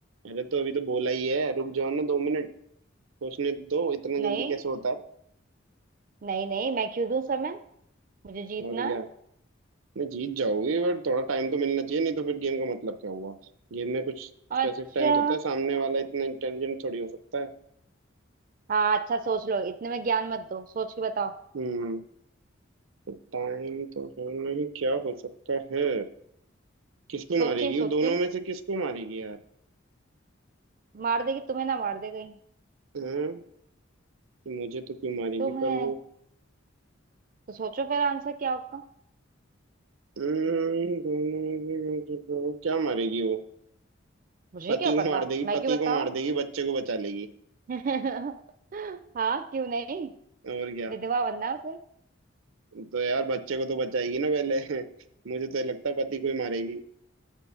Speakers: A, on the right; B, on the right.
A: अरे तो अभी तो बोला ही है रुक जाओ ना दो मिनट सोचने तो दो इतना
B: नहीं
A: जल्दी कैसे होता है
B: नहीं नहीं मैं क्यों दूं समय मुझे जीतना
A: और क्या
B: है
A: नहीं जीत जाओगे बट थोड़ा टाइम तो मिलना चाहिए नहीं तो फिर गेम का मतलब क्या हुआ गेम में कुछ स्पेसिफिक
B: अच्छा
A: टाइम तो होता है सामने वाला इतना इंटेलिजेंट थोड़ी हो सकता है
B: हाँ अच्छा सोच लो इतने में ज्ञान मत दो सोच के बताओ
A: हम्म टाइम तो है नहीं क्या हो सकता है किसको
B: सोचें
A: मारेगी वो
B: सोचें
A: दोनों में से किसको मारेगी यार
B: मार देगी तुम्हें ना मार दे कहीं
A: हाँ मुझे तो क्यों मारेगी
B: तुम्हें
A: पर वो
B: तो सोचो फिर आंसर क्या होगा
A: हम्म, दोनों में से मुझे तो- क्या मारेगी वो
B: मुझे
A: पति
B: क्या
A: को
B: पता
A: मार देगी
B: मैं
A: पति
B: क्यों बताऊं
A: को मार देगी बच्चे को बचा लेगी
B: <laughs> हाँ क्यों नहीं
A: और क्या
B: विधवा बनना है उसे
A: तो यार बच्चे को तो बचाएगी ना पहले <laughs> मुझे तो लगता है पति को ही मारेगी